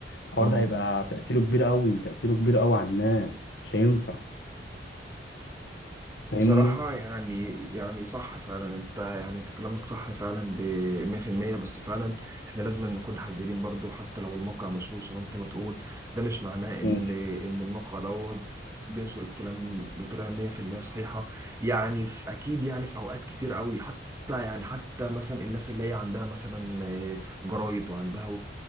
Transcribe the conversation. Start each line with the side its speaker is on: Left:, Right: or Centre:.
Left: الحوار
Right: مم.
Left: ده هيبقى تأثيره كبير أوي تأثيره كبير أوي على الناس مش هينفع فاهمني؟
Right: بصراحة يعني يعني صح فعلا انت يعني انت كلامك صح فعلا ب 100% بس فعلا احنا لازم نكون حذرين برضو حتى لو الموقع مشهور زي ما انت ما تقول ده مش معناه ان
Left: مم.
Right: ان الموقع دوت بينشر الكلام بطريقة 100% صحيحة يعني في اكيد يعني في اوقات كتير قوي حتى يعني حتى مثلا الناس اللي هي عندها مثلا آه، جرايد وعندها